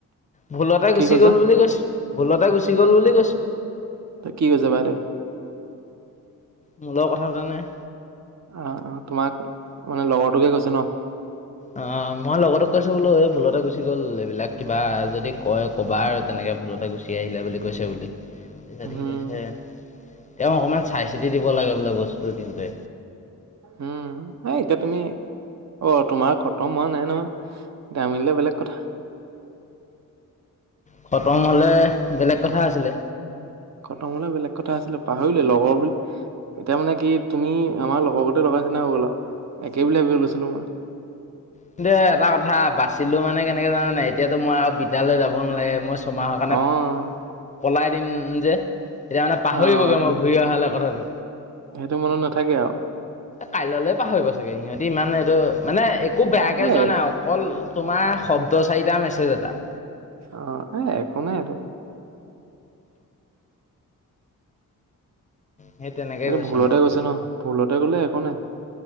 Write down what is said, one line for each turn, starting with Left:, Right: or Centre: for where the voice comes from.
Left: ভুলতে
Right: কি
Left: গুচি
Right: কৈছা?
Left: গল বুলি কৈছে ভুলতে গুচি গল বুলি কৈছে
Right: ত কি কৰিছে বাদেউ।
Left: মোৰ লগত কথা সুধা নায়।
Right: অ'অ' তোমাক মানে লগৰটোকে গৈছে ন।
Left: অ মই লগতো কৈছো বোলো। এই ভুলতে গুচি গ'ল। এইবিলাক কিবা যদি কয় কবা আৰু তেনেকে ভুলতে। গুচি আহিলে বুলি কৈছে বুলি তাৰিপিছত
Right: উম,
Left: সি কৈছে। তেওঁ অকণমান চাই চিতি দিব লাগে বোলে বস্তু। দিওঁতে
Right: উম নাই এতিয়া তুমি অ তোমাৰ খতম হোৱা নাই নহয় দামিলিলে বেলেগ কথা
Left: খতম হ'লে বেলেগ কথা আছিলে।
Right: খতম হলে বেলেগ কথা আছিলে পাহৰিলে লগৰ বুলি এতিয়া মানে কি তুমি আমাৰ লগৰ গতে লগা চিনা হৈ গ'ল আৰু। একেবিলাক বি গৈছিলো মই
Left: কিন্তু এটা কথা বাচিলো মানে কেনেকে জানে নাই। এতিয়াতো মই আৰু বিদ্যালয় যাব নালাগে। মই ছমাহৰ কাৰণে
Right: অ',
Left: পলাই দিন যে এতিয়া মানে পাহৰিবগৈ
Right: অ', সেই
Left: মই ঘূৰি অহা হলে কথাটো
Right: সেইটো মনত নাথাকে আৰু।
Left: কাইলৈলে পাহৰিব চাগে সিহঁতি ইমান এইটো মানে একো বেয়াকে
Right: এই
Left: যোৱা নাই অকল তোমাৰ শব্দ চাৰিটা মেছেজ এটা
Right: অ, এ একো নাই আৰু
Left: সেই তেনেকে
Right: সটো ভুলতে
Left: মাত্ৰ।
Right: গৈছে ন ভুলতে গলে একো নাই।